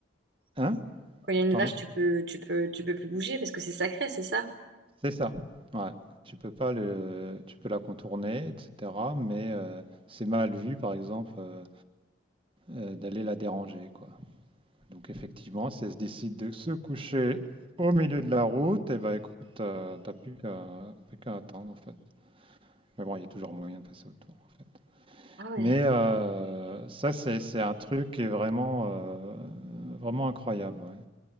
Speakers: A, on the right (about 30°); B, on the right (about 60°).
A: Hein?
B: Quand il y a une
A: Pardon?
B: vache, tu peux, tu peux, tu peux plus bouger parce que c'est sacré, c'est ça?
A: C'est ça. Ouais. Tu peux pas le, tu peux la contourner, etc. Mais euh, c'est mal vu, par exemple, euh, euh, d'aller la déranger, quoi. Donc effectivement, si elle se décide de se coucher au milieu de la route, et ben écoute, euh, t'as plus qu'à plus qu'à attendre en fait. Mais bon, il y a toujours moyen de passer autour en fait.
B: Ah ouais.
A: Mais euh, ça, c'est c'est un truc qui est vraiment, euh, vraiment incroyable. ouais.